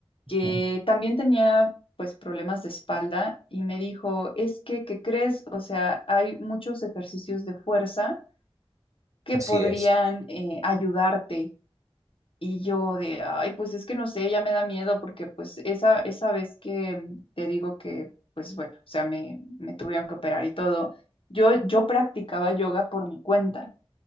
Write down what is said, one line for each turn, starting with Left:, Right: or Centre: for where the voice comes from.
Left: que
Right: ajá,
Left: también tenía pues problemas de espalda y me dijo, es que, ¿qué crees? O sea, hay muchos ejercicios de fuerza que
Right: Así
Left: podrían
Right: es.
Left: eh, ayudarte. Y yo de, ay, pues es que no sé, ya me da miedo porque pues esa, esa vez que mm, te digo que, pues bueno, o sea, me, me tuvieron que operar y todo, yo, yo practicaba yoga por mi cuenta.